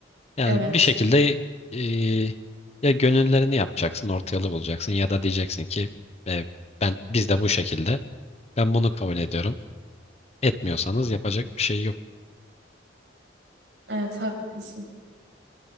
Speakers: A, on the left (about 35°); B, on the right (about 65°).
A: Yani
B: Evet.
A: bir şekilde e, ya gönüllerini yapacaksın, orta yolu bulacaksın ya da diyeceksin ki e, ben biz de bu şekilde. Ben bunu kabul ediyorum. Etmiyorsanız yapacak bir şey yok.
B: Evet haklısın.